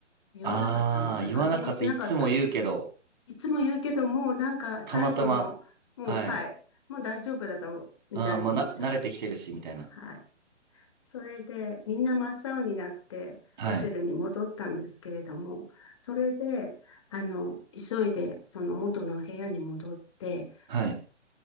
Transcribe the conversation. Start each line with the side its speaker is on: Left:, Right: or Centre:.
Left: 言わなかったんですよ。
Right: ああ、言わなかった。
Left: 確認しなかったす
Right: いつも言うけど、
Left: いつも言うけど、もうなんか最後の、
Right: たまたま。
Left: もうはい、
Right: はい。
Left: もう大丈夫だろうみたいに思っちゃって。
Right: あー、まあな、慣れてきてるし、みたいな。
Left: はい。それで、みんな真っ青になって、
Right: はい。
Left: ホテルに戻ったんですけれども、それで、あの、急いで、その元の部屋に戻って、
Right: はい。